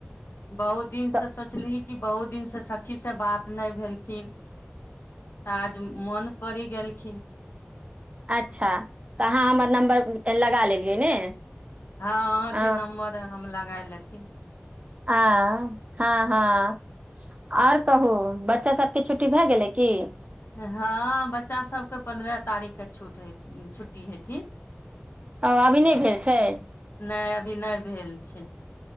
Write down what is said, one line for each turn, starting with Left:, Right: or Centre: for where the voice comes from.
Left: बहुत दिन
Right: तऽ
Left: से सोचली कि बहुत दिन से सखी से बात नहि भेलखिन त आज मोन पड़ि गेलखिन
Right: अच्छा तऽ अहाँ हमर नम्बर लगा लेली ने
Left: हँ अहााँ
Right: अ
Left: के नम्बर हम लगा लेत ठीक
Right: आ हँ हँ आओर कहू बच्चा सब के छुट्टी भए गेलै की ओ
Left: हँ बच्चा सबके पन्द्रह तारीखके छ छुट्टी हेथिन
Right: हँ अभी नहि भेल छै
Left: नहि अभी नहि भेल छै